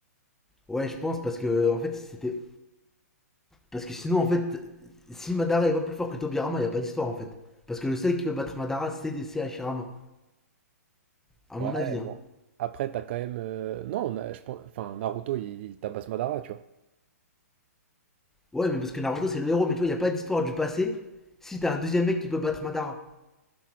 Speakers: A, in the centre; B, on the right.
A: Ouais, je pense, parce que, en fait, c'était. Parce que sinon, en fait, si Madara est pas plus fort que Tobirama, il n'y a pas d'histoire, en fait. Parce que le seul qui peut battre Madara, c'est c'est Hashirama. À
B: Ouais,
A: mon avis, hein.
B: bon. Après, t'as quand même. euh, Non, on a- je pense... enfin, Naruto il, il tabasse Madara, tu vois.
A: Ouais, mais parce que Naruto, c'est le héros, mais tu vois, il n'y a pas d'histoire du passé si t'as un deuxième mec qui peut battre Madara.